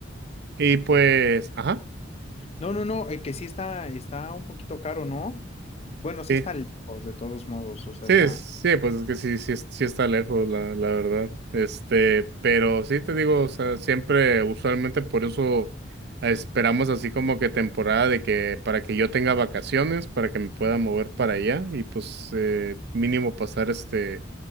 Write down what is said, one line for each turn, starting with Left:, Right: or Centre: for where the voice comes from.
Right: Y pues,
Left: O-
Right: ajá.
Left: No, no, no, eh, que sí está, está un poquito caro, ¿no? Bueno, sí
Right: sí.
Left: está lejos de todos modos, o sea,
Right: Sí,
Left: está,
Right: es- sí, pues es que sí, sí, es- sí está lejos, la, la verdad. Este, pero sí te digo, o sea, siempre, usualmente por eso eh, esperamos así como que temporada de que para que yo tenga vacaciones, para que me pueda mover para allá y pues eh, mínimo pasar este,